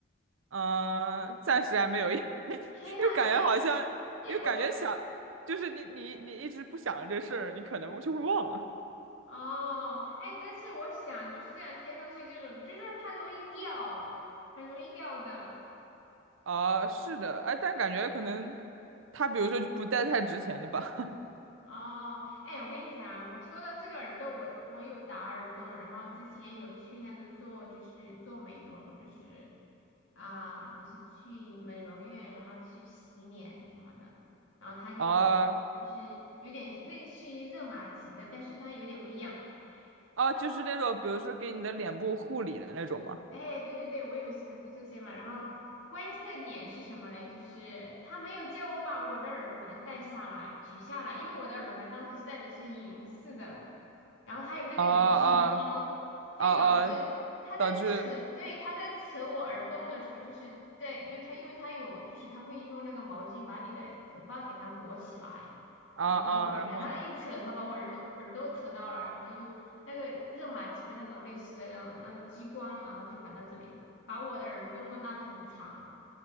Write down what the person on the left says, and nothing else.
贴上去，
耶，
我觉
哦，哎，但是我想就是这样贴上去，这种就是它容易掉，很容易掉的。
哦，哎，我跟你讲，我说到这个耳朵，我我有打耳洞，然后之前有去那个做，就是做美容，就是啊，就是去美容院，然后去洗脸什么的，然后他给我就是有点类似于热玛吉的，
但是它有点不一样。
它。
哎，对对对，我也喜欢就这些嘛。然后关键的点是什么嘞？就是他没有叫我把我的耳环戴下来、取下来，因为我的耳环当时是戴的是银色的，然后他有那个有激光，
所以导致他在扯，
对，他在扯我耳洞的时候，就是在用他，因为他有，就是他会用那个毛巾把你的头发给它裹起来，
然后包括你的然后一扯的话把我耳朵耳朵扯到了，
然后又。那个热玛吉的那种类似的那种那个激光，然后就反到这里，把我的耳洞拉得很长。